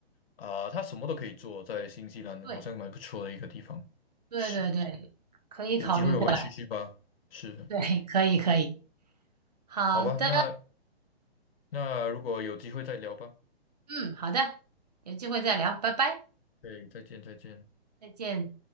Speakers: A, on the left; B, on the right.
A: 啊、它什么都可以做，在新西兰好像蛮不错的一个地方，
B: 对。对对对，
A: 是，
B: 可以考虑过来。
A: 有机会我会去去吧，是，
B: 对，可以可以。好的，
A: 好吧，那那如果有机会再聊吧，
B: 嗯，好的，有机会再聊，拜拜，
A: 对，再见再见。
B: 再见。